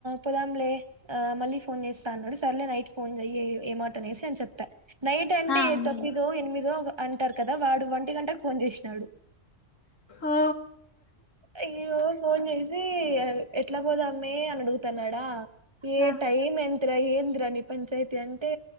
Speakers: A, on the right; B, on the left.
A: పోదాంలే ఆ మళ్ళీ ఫోన్ చేస్తా అన్నడు. సర్లే నైట్ ఫోన్ జెయ్యి ఏ మాట అనేసి అని చెప్పా, నైట్ అంటే
B: ఆ
A: ఏ
B: ఉన్నాయి
A: తొమ్మిదో ఎనిమిదో అను. ఉంటారు కదా వాడు వంటి గంటకు ఫోన్ చేసినాడు
B: ఓ
A: అయ్యో ఫోన్ చేసి అవ్ ఎట్లా పోదామ్మే అని అడుగుతున్నాడా ఏ
B: ఆ
A: టైమ్ ఎంతరా ఏందిరా ని పంచాయతీ అంటే